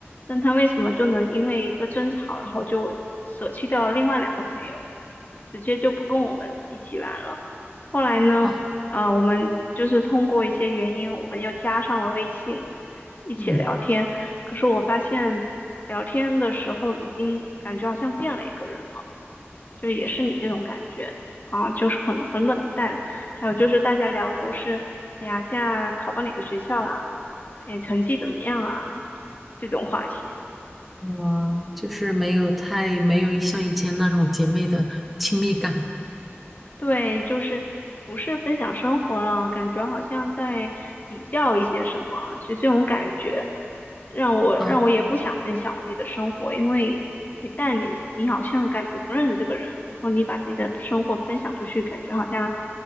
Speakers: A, on the left (about 45°); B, in the centre.
A: 但他为什么就能因为一个争吵，然后就舍弃掉了另外两个朋友，直接就不跟我们一起玩了？后来呢，
B: 啊，
A: 啊、我们就是通过一些原因，我们又加上了微信，一起聊天。
B: 嗯，
A: 可是我发现聊天的时候，已经感觉好像变了一个人了，就也是你这种感觉啊，就是很很冷淡。还有就是大家聊的都是，哎呀，现在考到哪个学校啦？哎，成绩怎么样啊？这种话题。
B: 我就是没有太没有像以前那种姐妹的亲密感。
A: 对，就是不是分享生活了，感觉好像在比较一些什么，就这种感觉，让我让我也不想分享我自己的生活，
B: 嗯
A: 因为一旦你你好像感觉不认识这个人了然后你把自己的生活分享出去，感觉好像，